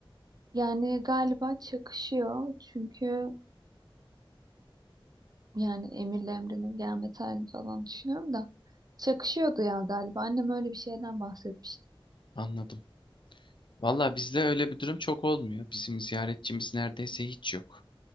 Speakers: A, on the right (about 45°); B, on the left (about 60°).
A: Yani galiba çakışıyor. Çünkü yani Emir'le Emre'nin gelme tarihini falan düşünüyorum da. Çakışıyordu ya galiba. Annem öyle bir şeyden bahsetmişti.
B: Anladım. Valla bizde öyle bir durum çok olmuyor. Bizim ziyaretçimiz neredeyse hiç yok.